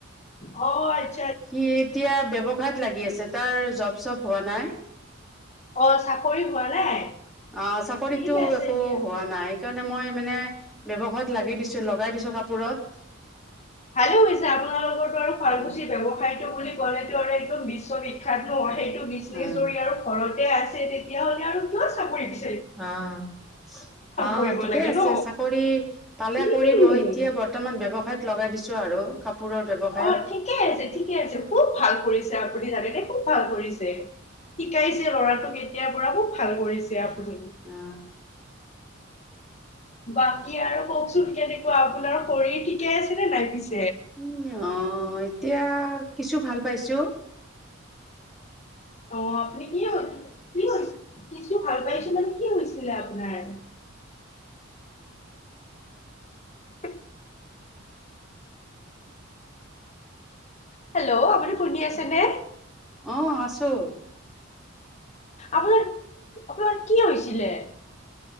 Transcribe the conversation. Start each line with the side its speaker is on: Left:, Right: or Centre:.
Left: অ' <unintelligible>
Centre: সি এতিয়া ব্যৱসায়ত লাগি আছে তাৰ জব চপ হোৱা নাই।
Left: অ' চাকৰি হোৱা নাই?
Centre: অ' চাকৰিতো
Left: ঠিক আছে
Centre: একো
Left: দিয়া।
Centre: হোৱা নাই সেইকাৰণে মই মানে ব্যৱসায়ত লাগি দিছো লগাই দিছো কাপোৰত।
Left: ভালে হৈছে আপোনালোকৰটো আৰু শুৱালকুছিৰ
Centre: অ
Left: ব্যৱসায়টো বুলি ক'লে টো‌ আৰু একদম বিশ্ববিখ্যাত ন' সেই টো বিজনেচ
Centre: অ
Left: যৰি আৰু ঘৰতে আছ তে -‌ তেতিয়াহ'লে আৰু কিয় চাকৰি বিচ
Centre: অ' অ'
Left: কৰিব
Centre: ঠিকে
Left: লাগে
Centre: আছে
Left: ন।
Centre: চাকৰি পালে
Left: উম
Centre: কৰিব এতিয়া বৰ্তমান ব্যৱসায়ত লগাই দিছো আৰু কাপোৰৰ ব্যৱসায়ত
Left: অ' ঠিকে আছে, ঠিকে আছে। খুব ভাল কৰিছে আপুনি জানেনে খুব ভাল কৰি ৰিছে। শিকাইছে ল'ৰাটোক এতিয়াৰ পৰা খুব ভাল কৰিছ ছে আপুনি।
Centre: অ
Left: বাকী আৰু কওঁকচোন কেনেকুৱা আপোনাৰ শৰীৰ ঠিকে আছে নে নাই পিছ
Centre: উম, অ। এতিয়া কিছু ভাল পাইছোঁ।
Left: অহ, আপুনি কি হৈ -কি হৈছে কিছু ভাল পাইছে মানে কি হৈছে? ছিলে আপোনাৰ। <inaudible> হেল্ল', আপুনি শুনি আছে নে?
Centre: অহ, আছো।
Left: আপোনাৰ- আপোনাৰ কি হৈছিলে?